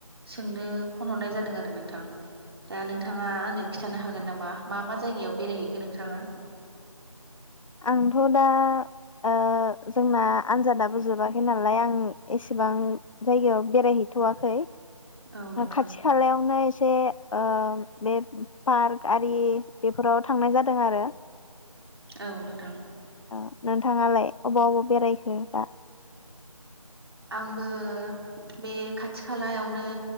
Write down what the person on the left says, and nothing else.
आंथ' दा ओ जोंना आनजादाबो जोबाखै नालाय आं एसेबां जायगायाव बेरायहैथ'वाखै
खाथि खालायावनो एसे ओ बे पार्क गारि बेफोराव थांनाय जाद दों आरो
ओ नोंथाङालाय अबाव अबाव बेरायखो दा